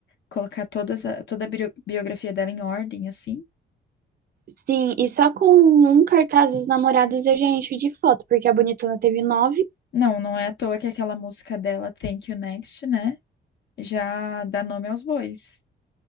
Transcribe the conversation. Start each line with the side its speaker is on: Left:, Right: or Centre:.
Left: colocar todas a- toda a bio- biografia dela em ordem, assim?
Right: Sim, e só com um cartaz dos namorados eu já encho de foto, porque a Bonitona teve nove.
Left: Não, não é à toa que aquela música dela, Thank You Next, né? Já dá nome aos bois.